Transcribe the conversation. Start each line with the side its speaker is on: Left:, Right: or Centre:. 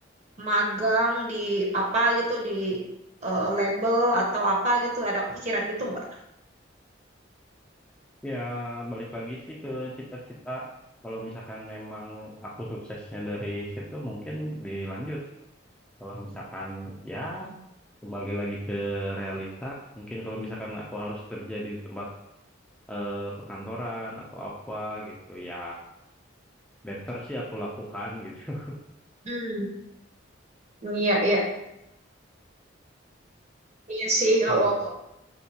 Right: magang di apa gitu di eh, label atau apa gitu ada kepikiran gitu nggak?
Centre: Ya, balik lagi sih ke cita-cita. Kalau misalkan memang aku suksesnya dari situ, mungkin dilanjut. Kalau misalkan ya kembali lagi ke realita, mungkin kalau misalkan aku harus kerja di tempat eh, perkantoran atau apa gitu, ya better sih aku lakukan gitu. <laughs>
Right: Hmm, iya iya iya sih kalau
Centre: Iya,